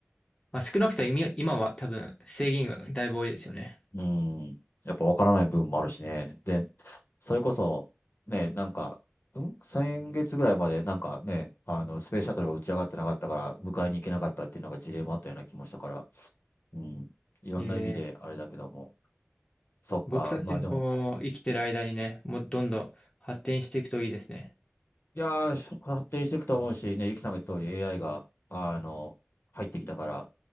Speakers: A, on the left; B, on the left.
A: まあ、少なくとも今今は多分制限がだいぶ多いですよね。
B: うん。やっぱわからない部分もあるしね。で、それこそ、ね、なんか、ん先月ぐらいまで、なんかね、あの、スペースシャトルが打ち上がってなかったから、迎えに行けなかったっていうのが事例もあったような気もしたから、うん。いろんな意味であれだけども。
A: えー
B: そっか。
A: 僕たちの生きてる間にね、
B: まあでも、
A: もうどんどん発展していくといいですね。
B: いやー、発展していくと思うし、ね、ゆきさんが言った通り AI が、あの、入ってきたから、